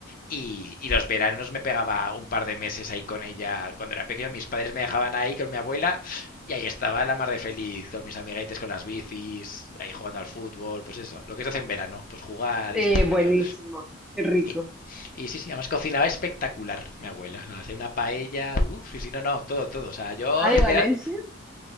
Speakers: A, on the left (about 40°); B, in the centre.
A: y, y los veranos me pegaba un par de meses ahí con ella cuando era pequeño, mis padres me dejaban ahí con mi abuela y ahí estaba la mar de feliz con mis amiguetes, con las bicis, ahí jugando al fútbol, pues eso. Lo que se hace en verano, pues jugar
B: Eh,
A: y siendo crío.
B: buenísimo, qué rico.
A: Y, y sí, sí, además cocinaba espectacular mi abuela. O sea, hacía una paella, uff, sí, sí, no, no, todo, todo. O sea, yo
B: Ah,
A: el
B: de Valencia.
A: verano,